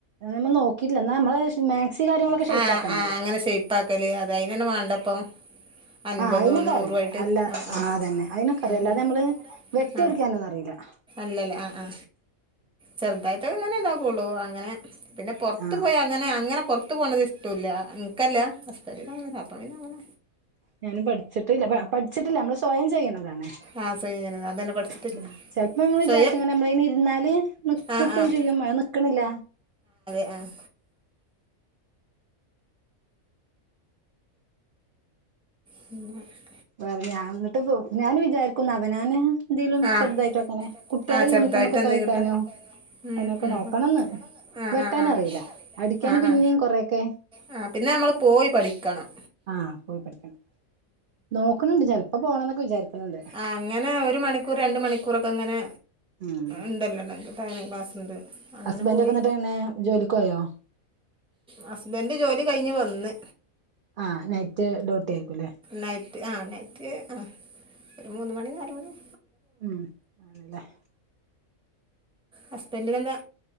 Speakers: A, on the right; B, in the centre.
A: നമ്മൾ നോക്കിട്ടില്ലന്ന നമ്മളെ മാക്സി കാര്യങ്ങളൊക്കെ ഷെയ്പക്കാനറിയും.
B: ആഹ് ആഹ് അങ്ങനെ ഷെയ്പ്പാക്കല് അത് അയിനെന്നെ വാണ്ടപ്പം അൻപതും
A: ആഅയിനൊക്കെ
B: നൂറുവായിട്ട്
A: അറിയും അല്ലാ
B: ആഹ് ആഹ്
A: അയിനൊക്കെ അറിയആ തന്നെ
B: ഉം
A: അല്ലാതെആനമ്മള്
B: ഉം
A: വെട്ടി
B: ആഹ്
A: അടിക്കാനൊന്നും അറിയില്ല. <unintelligible>
B: അല്ലല്ലേ ആ ആ. ചെറുതായിട്ട്ങ്ങനെ ഇതാക്കള്ളു അങ്ങനെ പിന്നെ പുറത്ത്
A: ആഹ്
B: പോയി അങ്ങനെ അങ്ങനെ പുറത്തു പോണത് ഇഷ്ടോല്ല ഇനിക്കല്ല ഹസ്ബന്റിന് അങ്ങനെ താല്പര്യല്ല അപ്പൊ പിന്നെ അങ്ങനെ
A: ഞാനും പഠിച്ചിട്ടില്ല പഠിച്ചിട്ടില്ല നമ്മള് സ്വയം ചെയ്യുന്നതാണ്
B: ആഹ് സ്വയം
A: <inaudible>
B: ചെയ്യണത് അതന്നെ പഠിച്ചിട്ടില്ല
A: <unintelligible> ചെല <unintelligible> വിചാരിച്ച്
B: സ്വയം
A: ങ്ങനെ നമ്മള് ഇരുന്നാല്
B: ആഹ്
A: കിട്ടും
B: ആഹ്
A: ചെയ്യുംമഴ നിക്കണില്ല.
B: ഉ. പിന്നെ..
A: വേറെ ഞ എന്നിട്ട് ഞാൻ വിചാരിക്കുന്നു അവനാന് എന്തെങ്കലും
B: ആഹ്
A: ചെറുതായിട്ട് അങ്ങനെ കുട്ടികളെ
B: ആ
A: <unintelligible>
B: ചെറുതായിട്ട്
A: ഫൊമ്മക്ക്.
B: എന്തേ
A: തയ്ക്കനോ
B: കിട്ടാ ഉം
A: എന്നൊക്കെ
B: ഉം
A: നോക്കണംന്ന്
B: ആ
A: വെട്ടാനറിയില.
B: ആ ആ
A: അടിക്കാന്
B: ആ
A: പിന്നേും
B: ആ
A: കൊറെൊക്കെ
B: ആ, പിന്നെ അമ്മള് പോയി. പഠിക്കണം
A: ആഹ് പോയി പഠിക്കണം നോക്കണണ്ട് ചെലപ്പോ പോണംന്നൊക്കെ വിചാരിക്കണണ്ട്
B: ആ. ങ്ങനെ ഒരു മണിക്കൂർ. രണ്ട് മണികൂറോക്കെങ്ങനെ
A: ഉം
B: എന്തല്ലക്ക് തന ക്ലാസ്ണ്ട് <unintelligible> അങ്ങനെ.
A: ഹസ്ബൻഡ്
B: പോയി
A: ഒക്കെ എന്നിട്ട് എങ്ങനെ ജോലിക്ക് പോയോ
B: ഹസ്ബന്ഡ് ജോലി കഴിഞ്ഞ്. വന്ന്
A: ആ, നൈറ്റ് ടുട്ടി എര്കുലേ
B: നൈറ്റ് ആ, നൈറ്റ്. അ. മൂന്ന്. മണിം. നാല്. മണിം
A: ഉം ആണല്ലേ-
B: ഹസ്ബന്റിനെന്താ